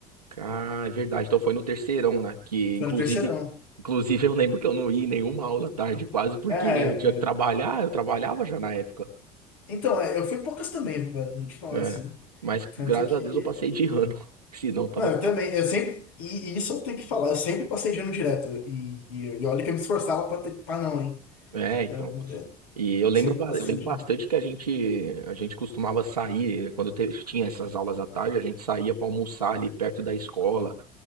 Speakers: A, on the right; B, on the left.
A: Ah, é verdade. Então foi no terceirão, né? Que
B: Foi
A: inclusive.
B: no terceirão.
A: Inclusive, eu lembro que eu não ia em nenhuma aula à tarde, quase, porque
B: É, é,
A: eu tinha que trabalhar,
B: é.
A: eu trabalhava já na época.
B: então, é, eu fui poucas também, velho, vou te falar
A: É.
B: assim.
A: Mas
B: Tanto
A: graças
B: que
A: a Deus eu passei de ano. <laughs> Senão eu tava
B: Não, eu
A: ferrado.
B: também, eu sempre, e, e isso eu tenho que falar, eu sempre passei de ano direto, e, e, e olha que eu me esforçava pra, ter, pra não, hein,
A: É, então.
B: eu, eu
A: E eu lembro,
B: sempre
A: ba-
B: passei
A: eu lembro
B: de
A: bastante
B: ano.
A: que a gente, a gente costumava sair, quando te- tinha essas aulas à tarde, a gente saía para almoçar ali perto da escola.